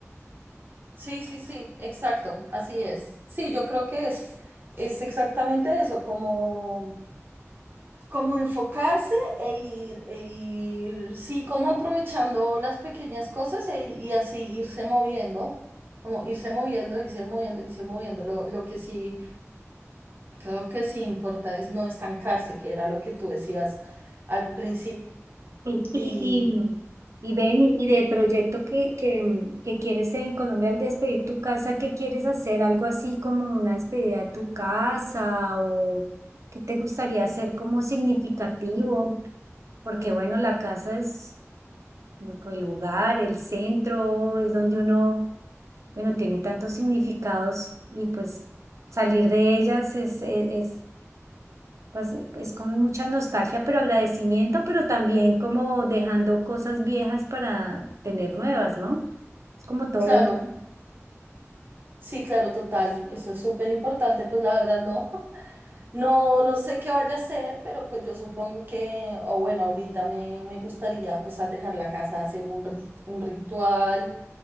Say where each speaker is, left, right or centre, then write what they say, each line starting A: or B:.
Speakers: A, on the right; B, on the right.
A: sí, sí, sí, exacto, así es. Sí, yo creo que es, es exactamente eso, como... como enfocarse e ir, e ir, sí, como aprovechando las pequeñas cosas e- y así irse moviendo, como irse moviendo, irse moviendo, irse moviendo. Lo, lo que sí, creo que sí importa es no estancarse, que era lo que tú decías al principio.
B: Y, y,
A: Y
B: y ven, y y de proyecto que, que, que quieres en Colombia al despedir tu casa, ¿qué quieres hacer? ¿Algo así como una despedida de tu casa o qué te gustaría hacer como significativo? Porque bueno, la casa es como el lugar, el centro, es donde uno, bueno, tiene tantos significados y pues salir de ellas es es pues eh, es con mucha nostalgia, pero agradecimiento, pero también como dejando cosas viejas para tener nuevas, ¿no? Es como todo
A: claro,
B: es
A: sí, claro, total, eso es súper importante, pues la verdad no, <laughs> no, no sé qué vaya a hacer, pero pues yo supongo que, o bueno, ahorita me, me gustaría pues al dejar la casa hacer un, rit- un ritual